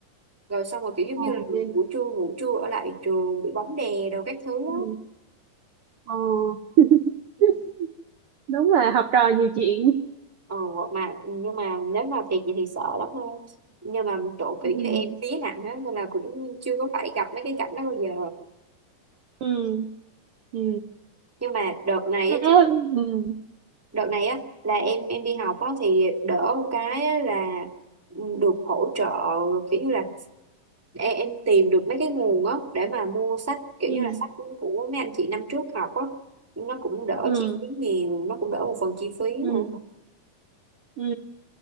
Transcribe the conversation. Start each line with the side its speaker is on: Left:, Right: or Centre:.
Centre: rồi xong rồi kiểu giống
Right: Ồ,
Centre: như là
Right: ghê.
Centre: buổi trưa ngủ trưa ở lại trường bị bóng đè đồ các thứ
Right: ừ
Centre: á
Right: Ồ,
Centre: Ừ.
Right: <laughs> đúng là học trò nhiều chuyện
Centre: ờ, mà nhưng mà nếu mà thiệt vậy thì sợ lắm ha nhưng mà chỗ
Right: ừ
Centre: kiểu như em vía nặng á nên là cũng chưa có phải gặp mấy cái cảnh đó bao giờ
Right: ừ ừ
Centre: nhưng mà đợt này
Right: thế
Centre: á
Right: ừ
Centre: đợt này á là em em đi học á thì đỡ một cái á là ừ, được hỗ trợ kiểu như là em, em tìm được mấy cái nguồn á để mà mua sách kiểu
Right: ừ
Centre: như là sách của mấy anh chị năm trước học á nó cũng đỡ
Right: ừ
Centre: chi phí nhiều nó cũng đỡ một phần chi phí
Right: ừ
Centre: nữa
Right: ừ